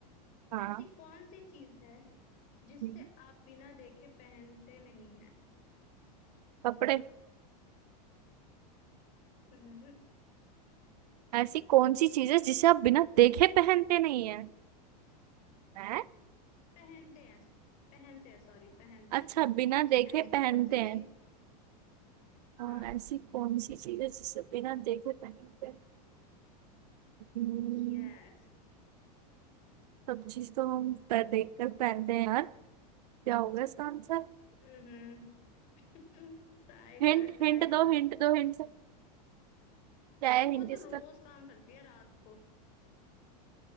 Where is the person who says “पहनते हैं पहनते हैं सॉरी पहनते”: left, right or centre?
Left